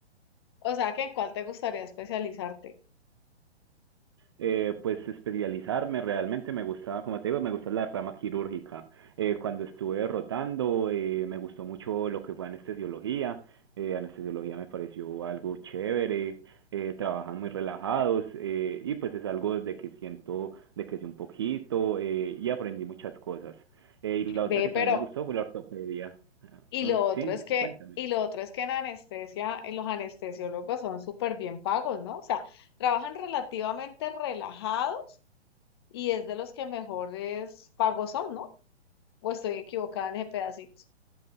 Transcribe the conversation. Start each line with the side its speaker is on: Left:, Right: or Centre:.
Left: O sea, que en cuál te gustaría especializarte.
Right: eh, pues especializarme realmente me gustaba, como te digo, me gusta la rama quirúrgica. Eh, cuando estuve rotando, eh, me gustó mucho lo que fue anestesiología. Eh, anestesiología me pareció algo chévere, eh, trabajan muy relajados eh, y pues es algo de que siento, de que sé un poquito eh, y aprendí muchas cosas. Eh, y la
Left: Ve,
Right: otra que también
Left: pero,
Right: me gustó fue la ortopedia. Ah,
Left: y lo
Right: mm,
Left: otro
Right: Sí,
Left: es que,
Right: cuéntame.
Left: y lo otro es que en anestesia, en los anestesiólogos son súper bien pagos, ¿no? O sea, trabajan relativamente relajados y es de los que mejores pagos son, ¿no? O estoy equivocada en ese pedacito.